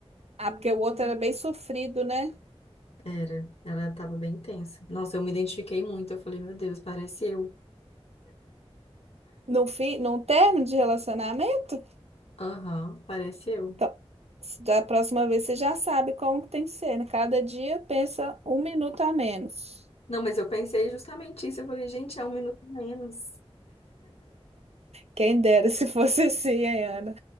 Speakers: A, on the right; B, on the left.
A: Ah, porque o outro era bem sofrido, né?
B: Era, ela tava bem tensa. Nossa, eu me identifiquei muito. Eu falei, meu Deus, parece eu.
A: No fim, num término de relacionamento?
B: Aham, parece eu.
A: Então, se da próxima vez você já sabe como que tem que ser, né? Cada dia pensa um minuto a menos.
B: Não, mas eu pensei justamente isso. Eu falei, gente, é um minuto a menos.
A: Quem dera <laughs> se fosse assim, hein, Ana?